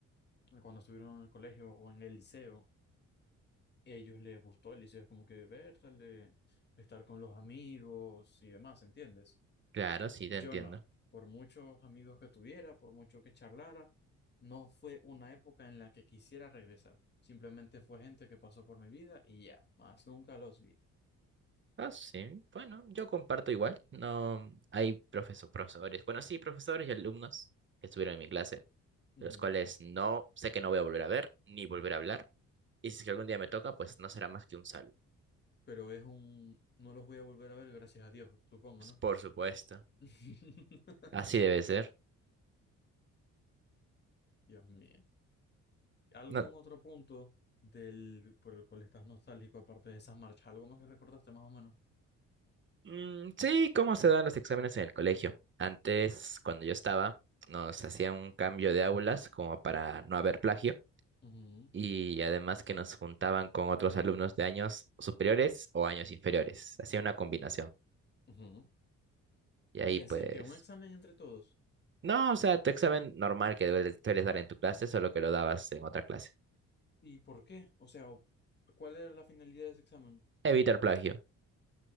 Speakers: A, on the left; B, on the right.
A: eh, cuando estuvieron en el colegio o en el liceo, ellos les gustó el liceo, es como que verle, estar con los amigos y demás, ¿entiendes?
B: Claro, sí,
A: Yo
B: te entiendo.
A: no. Por muchos amigos que tuviera, por mucho que charlara, no fue una época en la que quisiera regresar. Simplemente fue gente que pasó por mi vida y ya, más nunca los vi.
B: Ah, sí, bueno, yo comparto igual. No hay profeso- profesores. Bueno, sí, profesores y alumnos que estuvieron en mi clase
A: Ujú.
B: los cuales no sé que no voy a volver a ver ni volver a hablar. Y si es que algún día me toca, pues no será más que un saludo.
A: pero es un... No los voy a volver a ver, gracias a Dios, supongo,
B: Pues,
A: ¿no?
B: por supuesto,
A: <laughs>
B: así debe ser.
A: Dios mío. ¿Algún
B: No,
A: otro punto del, por el cual estás nostálgico, aparte de esas marchas? ¿Algo más que recordaste, más o menos?
B: mm, sí, ¿cómo se dan los exámenes en el colegio? Antes, cuando yo estaba, nos hacían un cambio de aulas como para no haber plagio
A: Ujú,
B: y además que nos juntaban con otros alumnos de años superiores o años inferiores. Hacía una combinación.
A: ujú.
B: Y ahí
A: Y
B: pues...
A: hacían que un examen entre todos.
B: No, o sea, tu examen normal que debes- sueles dar en tu clase, solo que lo dabas en otra clase.
A: ¿Y por qué? O sea, o- ¿cuál era la finalidad de ese examen?
B: Evitar plagio.